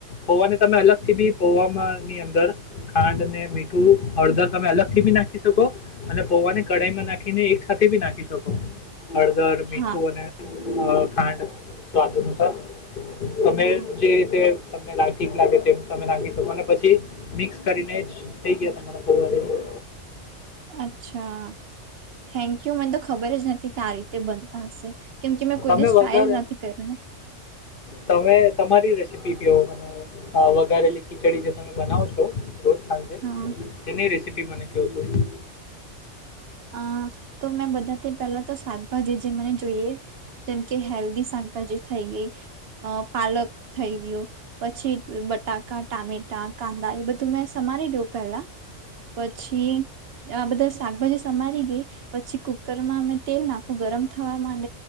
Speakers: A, on the left; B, on the right.
A: પોવાને તમે અલગ થી બી પોવામાંની અંદર ખાંડ ને મીઠું હળદર તમે અલગ થી બી નાખી શકો અને પોવાની કડાાઈમાં નાખીને એક સાથે બી નાખી શકો હળદરર
B: હા
A: મીઠું બને છે અ ખાંડ સ્વાદ અનુસાર તમે
B: હા
A: જે રીતે તમને ઠીક લાગે તેમ તમે નાખી શકો અને પછી મિક્સ કરીને જ થઈ ગયા તમારા પોવા રેડી
B: અચ્છા થેન્ક યુ મને તો ખબર જ નથી કે આ રીતે બનતા હશે કેમ કે મેં કોઈ
A: તમે
B: દિવસ ટ્રાયલ
A: વગર
B: જ નથી કર્યું ને
A: તમે તમારી રેસીપી જેવ બનાવે ારેલી ખીચડી જે તમે બનાવો છો રોજ સંજે
B: હા
A: તેને રેસિપી મને કયો થોડી
B: અ તો મેં બધાથી પહેલા તો શાકભાજી જે મને જોઈએ જેમ કે હેલ્ધી શાકભાજી થઈ ગઈ અ પાલક થઈ ગયયો પછી બટાકા ટામેટા કાંદા એ બધું મેં સમારી લઉ પેલા પછી આ બધા શાકભાજી સમારી ગઈ પછી કુકરમાં અમે તેલ નાખવ ગરમ થવા માં